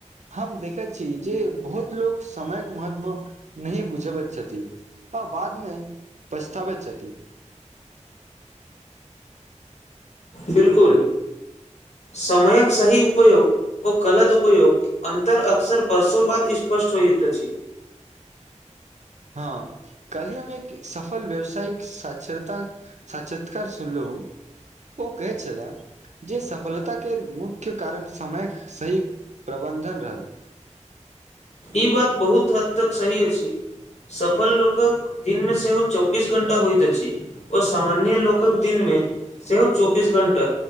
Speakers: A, on the right; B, on the left.
A: हम देखैत छी जे बहुत लोको समयक महत्व नहि बुझबैत छथि आ बाद में पछताबैत छथि
B: बिलकुल
A: हेलो
B: समयक सही उपयोग ओ गलत उपयोग अन्तर अक्सर वर्षो बाद स्पष्ट होयत अछि।
A: हँ काल्हि हम एक सफल व्यावसायिक साक्षरता साक्षात्कार सुनलौं ओ कहैत छला। जे सफलताके मुख्य कारण समयक सही प्रबन्धन रहल।
B: ई बात बहुत हद तक सही अछि। सफल लोकक दिनमे सेहो चौबीस घंटा होइत अछि। ओ सामान्य लोकक दिनमे सेहो चौबीस घंटा